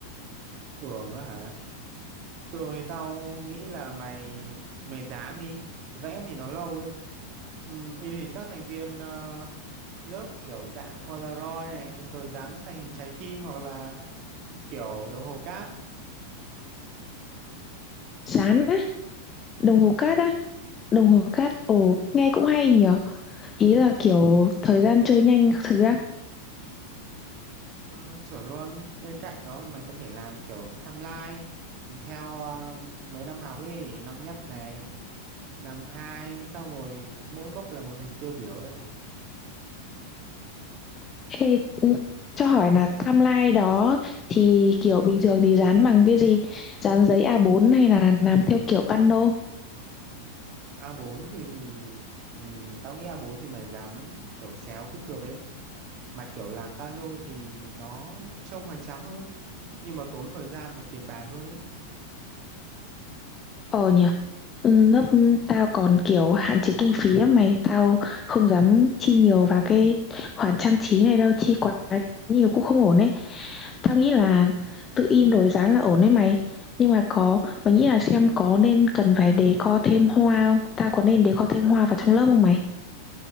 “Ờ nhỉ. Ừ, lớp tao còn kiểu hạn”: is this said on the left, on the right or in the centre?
Left